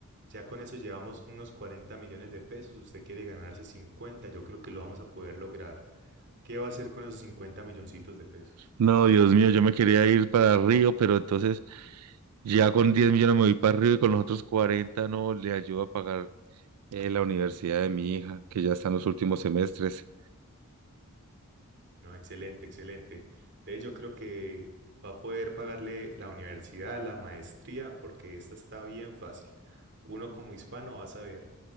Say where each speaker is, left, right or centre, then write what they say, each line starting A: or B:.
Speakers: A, on the right; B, on the right.
A: Ya con eso llevamos unos 40 millones de pesos, usted quiere ganarse 50, yo creo que lo vamos a poder lograr. ¿Qué va a hacer con esos 50 milloncitos de pesos?
B: No, Dios mío, yo me quería ir para Río, pero entonces ya con 10 millones me voy para Río y con los otros 40 no le ayudo a pagar eh, la universidad de mi hija, que ya está en los últimos semestres.
A: No, excelente, excelente. De hecho, yo creo que va a poder pagarle la universidad, la maestría, porque esta está bien fácil. Uno como hispano va a saber